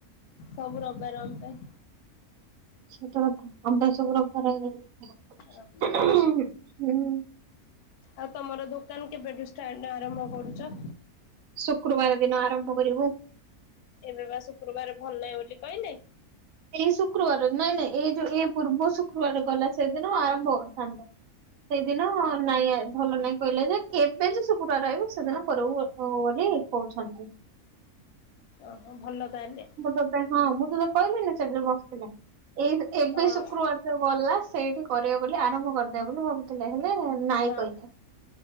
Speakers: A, on the left; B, on the right.
A: ସବୁ ରବ୍ ବାର ର୍ ପାଇଁ।
B: ସେତ କଥା ଆମେରବ୍
A: ରବିବାର।
B: <inaudible>
A: ଆଉ ତମର ଦୋକାନ୍ କେବେଠୁ ଷ୍ଟା ଆରମ୍ଭ କରୁଛ?
B: ଶୁକ୍ରବାର ଦିନ ଆରମ୍ଭ କରିବୁ।
A: ଏବେ ବା ଶୁକ୍ରବାର୍ ଭଲ୍ ନାହିଁ ବୋଲି କହିଲେ।
B: ଏଇ ଶୁକ୍ରବାର ନାଇଁ ନାଇଁ ଏଇ ଯୋଉଁ ଏଇ ପୂର୍ବ ଶୁକ୍ରବାର ଗଲା ସେଦିନ ଆରମ୍ଭ ହଉଥାନ୍ତା। ସେଇଦିନ ନାଇଁ ଭଲ ନାଇଁ କହିଲେ ଯେ କେବେ ଯେ ଶୁକ୍ରବାର ଆଇବ ସେଦିନ କରିବୁ। ହବ ବୋଲି କହୁଛନ୍।
A: ଓହୋ ଭଲ ତାହେଲେ?
B: ମୁଁ <unintelligible> ହଁ ମୁଁ ତୋତେ କହିବିନି ସେଠରେ ବସିଥିଲି ଏଇ ଏବେ
A: ହଁ
B: ଶୁକ୍ରବାର୍। ଯୋଉ ଗଲା ସେଇଠି କରିବ ବୋଲି ଆରମ୍ଭ କରିଦେବ୍ ବୋଲି ଭାବୁଛ୍ ହେଲେ ଲେ ନାଇଁ
A: ହଁ
B: କହିଲେ